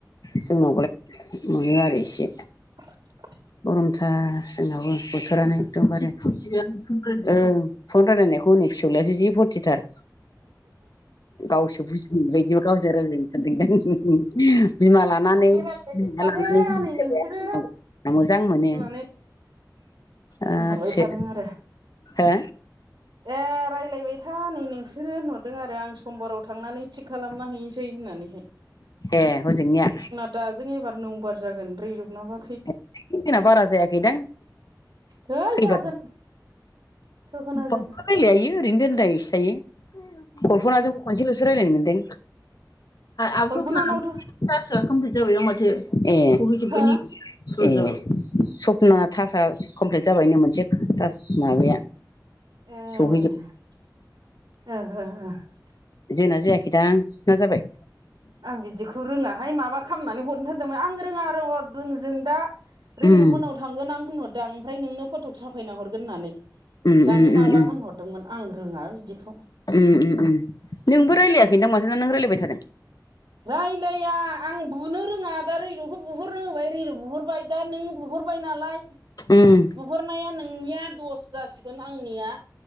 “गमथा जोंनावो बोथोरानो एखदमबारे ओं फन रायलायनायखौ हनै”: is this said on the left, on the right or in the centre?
Left